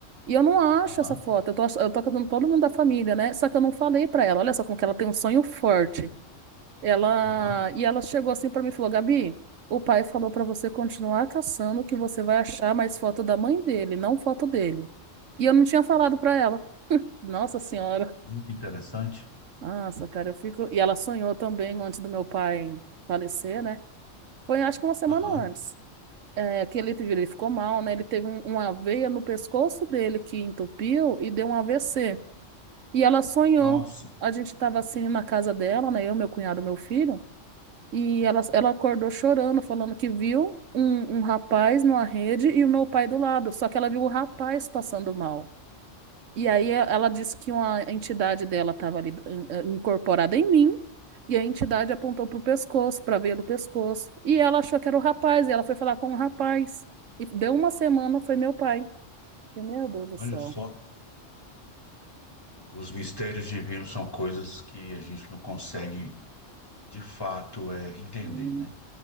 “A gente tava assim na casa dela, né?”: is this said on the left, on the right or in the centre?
Right